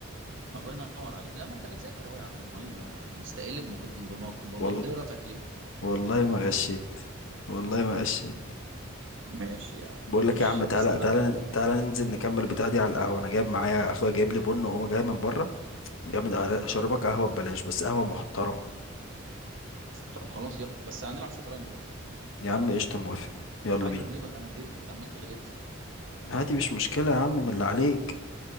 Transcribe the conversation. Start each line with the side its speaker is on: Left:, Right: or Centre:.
Right: الله ينور عليك لا ما انت بتذاكر اهو يا عم امال مستقل بمك- بمك- بمقدرتك
Left: والله
Right: ليه
Left: والله ما غشيت والله ما غشيت
Right: ماشي يا عم
Left: بقول
Right: ماشي
Left: لك يا عم تعالى
Right: بس انا
Left: تعالى
Right: حاسس
Left: تعالى ننزل نكمل بتاع دي على القهوة أنا جايب معايا أخويا جايب لي بن وهو جاي من بره جامد أوي. هشربك قهوة ببلاش بس قهوة محترمة
Right: طب خلاص يلا بس هنلعب شطرنج بقى
Left: يا عم قشطة موافق يلا
Right: عايز
Left: بينا
Right: اغلبك انا زهقت انت عمال تغلبني
Left: هاتي مش مشكلة يا عم من اللي عليك